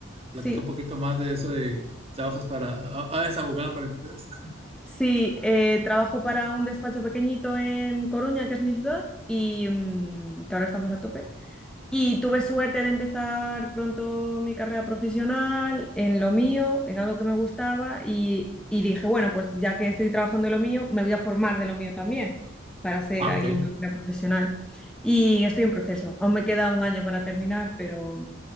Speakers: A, on the right; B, in the centre.
A: Platica
B: Sí,
A: un poquito más de eso de trabajas para, ah, ah, es abogada para empresas.
B: sí, eh, trabajo para un despacho pequeñito en Coruña, que es mi ciudad, y mm, que ahora estamos a tope. Y tuve suerte de empezar pronto mi carrera profesional en lo mío, en algo que me gustaba y, y dije, bueno, pues ya que estoy trabajando en lo mío, me voy a formar de lo mío también para hacer
A: Ah,
B: ahí
A: ok.
B: una carrera profesional. Y estoy en proceso. Aún me queda un año para terminar, pero